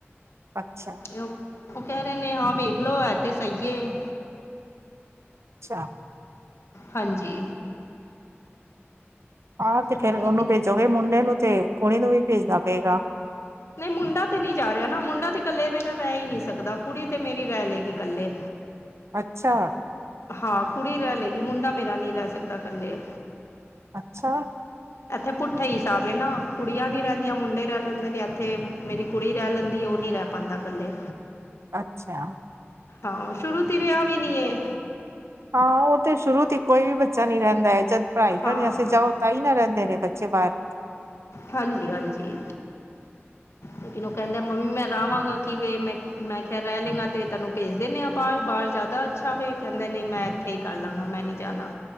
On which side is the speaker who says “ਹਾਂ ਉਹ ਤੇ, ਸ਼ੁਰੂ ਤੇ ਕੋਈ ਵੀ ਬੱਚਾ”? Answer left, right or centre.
Right